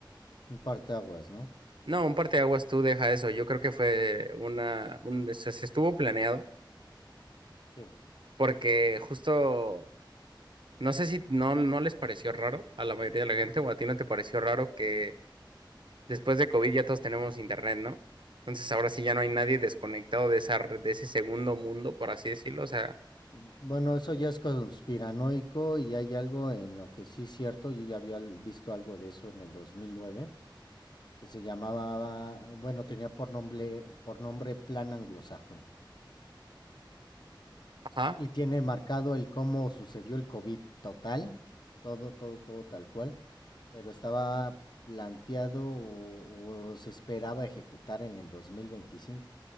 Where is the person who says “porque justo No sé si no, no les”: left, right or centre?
Right